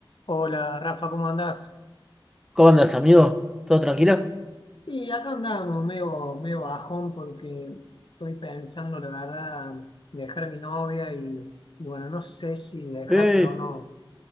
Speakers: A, on the left (about 60°); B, in the centre.
A: Hola Rafa, ¿cómo andás?
B: ¿Cómo andas, amigo? ¿Todo tranquilo?
A: Y acá andamos, medio, medio bajón porque estoy pensando, la verdad, dejar a mi novia y, y bueno, no sé si dejarlo
B: Eh,
A: o no.